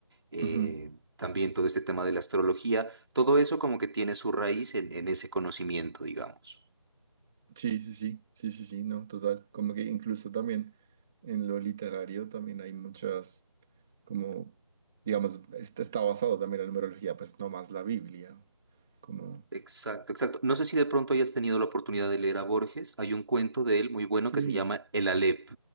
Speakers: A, on the right; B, in the centre.
A: eh,
B: ujú.
A: también todo este tema de la astrología, todo eso como que tiene su raíz en en ese conocimiento, digamos.
B: Sí, sí, sí, sí, sí, sí, no, total. Como que incluso también en lo literario también hay muchas, como, digamos, este está basado también en la numerología, pues no más la Biblia. Como,
A: Exacto, exacto. No sé si de pronto hayas tenido la oportunidad de leer a Borges. Hay un cuento de él muy bueno
B: sí,
A: que se llama El Aleph.